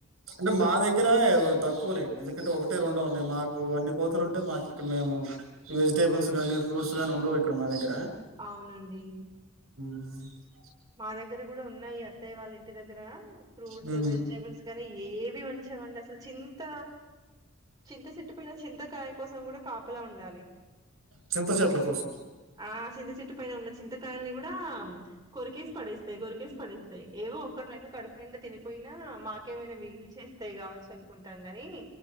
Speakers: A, on the right; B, on the right.
A: ఊ మా దగ్గర తక్కువలేండి ఎందుకంటే ఒక ఉండవున్నాయి మాకు అన్ని కోతులు ఉంటే మాకు ఇక్కడ మేము వెజటేబుల్స్ గానీ ఫ్రూట్స్ గానీ ఉండవు ఇక్కడ మా దగ్గర
B: అవునండి
A: అవును
B: మా దగ్గర కూడా ఉన్నాయి అత్తయ్య వాళ్ళ ఇంటి దగ్గరా ఫ్రూట్స్
A: హ్మ్.
B: వెజిటేబుల్స్ గానీ ఏవి ఉంచావండి అసలు చింత చింత చెట్టు పైన చింతకాయ కోసం కూడా కాపలా ఉండాలి
A: చింతచేట్ల కోసం
B: ఆ! చింత చెట్టు పైన ఉన్న చింతకాయల్ని కూడా కొరికేసి పడేస్తాయి కొరికేసి పడేస్తాయి ఏవో ఒకటి రెండు కడుపు నిండా తినిపోయినా మాకేమైనా మీగిల్ చేస్తాయి కావచ్చు అనుకుంటాం గాని